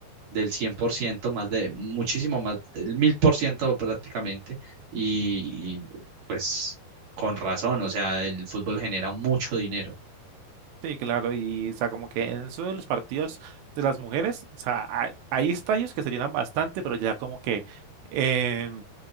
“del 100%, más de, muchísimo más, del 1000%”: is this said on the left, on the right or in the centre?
Right